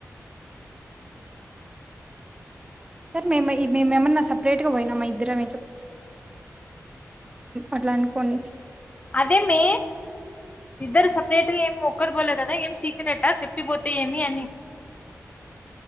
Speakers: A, on the right; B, on the left.
A: సార్ మేము ఇవేమన్నా సేపరేట్గా పోయినామా ఇద్దరమే చె అట్లా అనుకోండి
B: అదే మే ఇద్దరు సపరేట్గా ఏం ఒక్కరు పోలే కదా ఏం సీక్రెట చెప్పిపోతే ఏమి అని